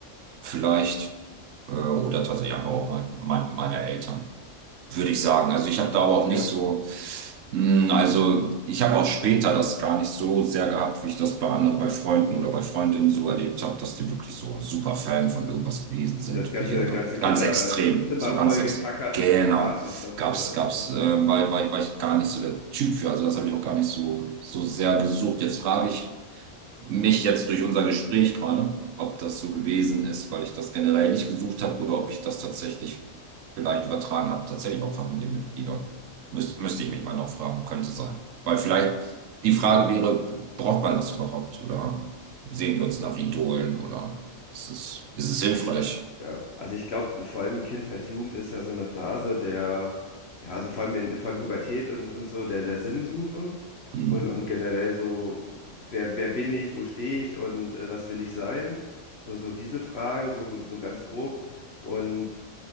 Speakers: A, on the right; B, on the left.
A: vielleicht, äh, oder tatsächlich einfach auch mein, mein, meine Eltern, würde ich sagen. Also ich habe da aber auch
B: Ja,
A: nicht
B: mhm.
A: so, mh, also ich habe auch später das gar nicht so sehr gehabt, wie ich das bei anderen, bei Freunden oder bei Freundinnen so erlebt habe, dass die wirklich so super Fan von irgendwas gewesen sind
B: und das ganze,
A: oder jeder da.
B: ganze Kinder
A: Ganz extrem,
B: oder das Zimmer
A: so
B: voll
A: ganz extrem.
B: getackert
A: Genau,
B: mit Plakaten und sonst
A: gab's,
B: so was.
A: gab's,
B: äh.
A: äh, war, war, war ich gar nicht so der Typ für, also das habe ich auch gar nicht so, so sehr gesucht. Jetzt frage ich, mich jetzt durch unser Gespräch gerade, ob das so gewesen ist, weil ich das generell nicht gesucht habe oder ob ich das tatsächlich vielleicht übertragen habe, tatsächlich auch Familienmitglieder. Müsst, müsste ich mich mal noch fragen, könnte sein. Weil vielleicht die Frage
B: Mhm.
A: wäre, braucht man das überhaupt oder sehen wir uns nach Idolen oder ist es, ist es hilfreich?
B: Ah, Ich glaube, ja. Also ich glaube, vor allem Kindheit, Jugend ist ja so eine Phase der, ja, also vor allem in, vor allem Pubertät und, und so, der, der Sinnsuche
A: Hm,
B: und, und generell so, wer, wer bin ich, wo stehe ich und äh, was will ich sein? So, so diese Fragen, so, so ganz grob. Und